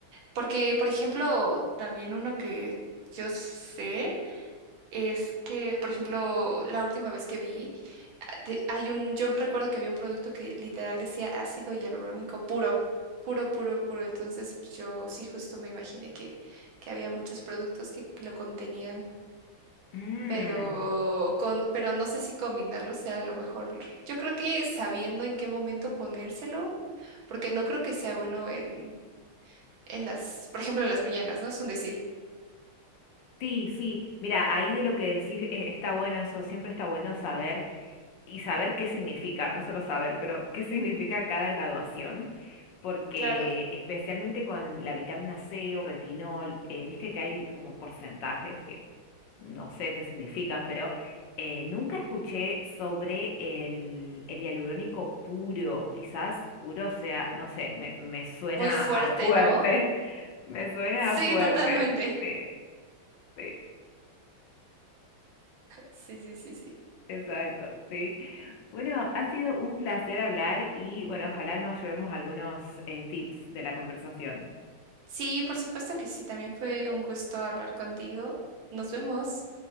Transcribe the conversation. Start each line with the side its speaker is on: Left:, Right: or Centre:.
Right: Porque, por ejemplo, también uno que yo sé. Es que, por ejemplo, la última vez que vi, ah, de- hay un, yo recuerdo que había un producto que literal decía ácido hialurónico puro, puro, puro, puro. Entonces, pues, yo sí justo me imaginé que, que había muchos productos que lo contenían,
Left: Mm.
Right: pero con, pero no sé si combinarlo sea lo mejor. Yo creo que sabiendo en qué momento ponérselo, porque no creo que sea bueno en, en las, por ejemplo, en las mañanas, ¿no? Es un decir,
Left: Sí, sí, mira, ahí de lo que decís eh, está bueno eso, siempre está bueno saber y saber qué significa, no solo saber, pero qué significa cada graduación, porque
Right: claro,
Left: especialmente con la vitamina C o retinol, eh, viste que hay como porcentajes que no sé qué significan, pero eh, nunca escuché sobre el, el hialurónico puro, quizás puro sea, no sé, me, me suena
Right: muy fuerte,
Left: a fuerte,
Right: ¿no?
Left: <laughs> me suena
Right: Sí,
Left: a fuerte,
Right: totalmente.
Left: sí, sí.
Right: Sí, sí, sí, sí.
Left: Exacto, sí. Bueno, ha sido un placer hablar y bueno, ojalá nos llevemos algunos eh, tips de la conversación.
Right: Sí, por supuesto que sí. También fue un gusto hablar contigo. Nos vemos.